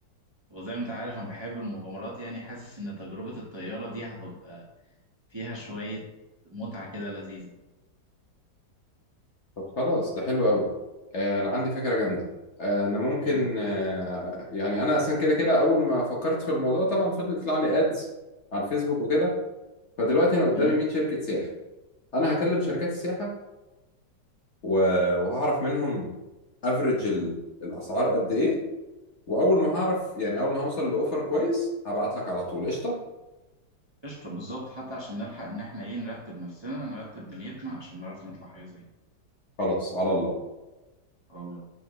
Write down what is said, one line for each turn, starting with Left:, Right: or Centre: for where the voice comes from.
Right: وزي ما انت عارف انا بحب المغامرات يعني حاسس ان تجربة الطيارة دي هتبقى فيها شوية متعة كده لذيذة
Left: طب خلاص ده حلو قوي آه، انا عندي فكرة جامدة آه، انا ممكن
Right: قول لي
Left: آه، يعني انا اصلا كده كده اول ما فكرت في الموضوع طبعا فضل يطلع لي ادز على الفيسبوك وكده فدلوقتي انا قدامي
Right: امم
Left: 100 شركة سياحة انا هكلم شركات السياحة و- وهعرف منهم افريج الاسعار قد ايه واول ما هعرف يعني اول ما هوصل لاوفر كويس هبعت لك على طول قشطه
Right: قشطة بالظبط حتى عشان نلحق إن إحنا إيه نرتب نفسنا نرتب دنيتنا عشان نعرف نطلع حاجة زي كده
Left: خلاص على الله
Right: على الله